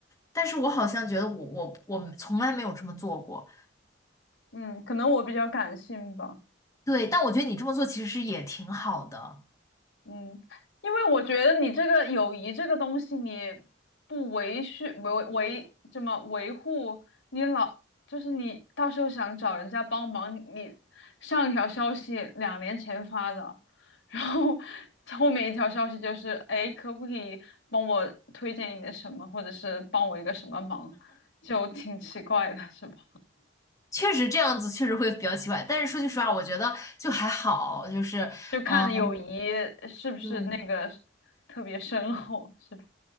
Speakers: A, on the left; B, on the left.
A: 但是我好像觉得我我我从来没有这么做过。
B: 嗯，可能我比较感性吧，
A: 对，但我觉得你这么做其实也挺好的，
B: 嗯，因为我觉得你这个友谊这个东西，你不维续维维怎么维护，你老就是你到时候想找人家帮忙，你上一条消息两年前发的，然后后面一条消息就是，哎，可不可以帮我推荐一点什么，或者是帮我一个什么忙，就挺奇怪的，是吧？
A: 确实这样子确实会比较奇怪。但是说句实话，我觉得就还好，就是嗯
B: 就看友谊是不是那个
A: 嗯，
B: 特别深厚，是吧？